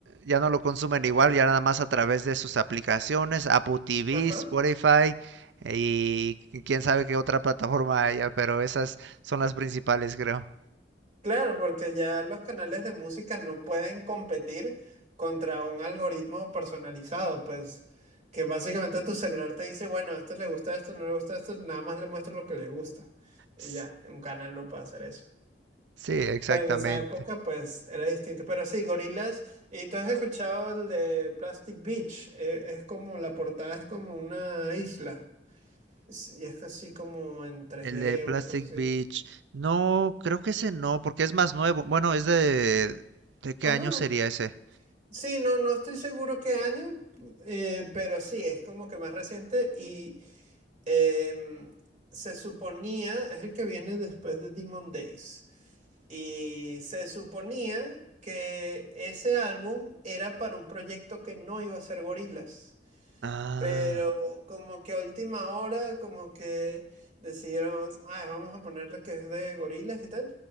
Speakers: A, on the right; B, on the right.
A: ya no lo consumen igual, ya nada más a través de sus aplicaciones, Apple TV,
B: Ajá.
A: Spotify eh, y quién sabe qué otra plataforma haya, pero esas son las principales, creo.
B: Claro, porque ya los canales de música no pueden competir contra un algoritmo personalizado, pues que básicamente tu celular te dice, bueno, a este le gusta esto, no le gusta esto, nada más le muestro lo que le gusta. Y
A: S-
B: ya, un canal no puede hacer eso.
A: Sí, exactamente.
B: Pero en esa época, pues era distinto. Pero sí, gorilas y tú has escuchado el de Plastic Beach, eh, es como, la portada es como una isla, Es- y es así como en tres
A: El
B: d
A: de Plastic
B: una cosa así.
A: Beach. No, creo que ese no, porque es más nuevo. Bueno, es de... ¿De qué
B: Ajá,
A: año sería ese?
B: Sí, no, no estoy seguro qué año, eh, pero sí, es como que más reciente y em, se suponía, es el que viene después de Demon Days, y se suponía que ese álbum era para un proyecto que no iba a ser gorilas
A: Ah,
B: pero como que a última hora, como que decidieron, ay, vamos a ponerle que es de gorilas y tal.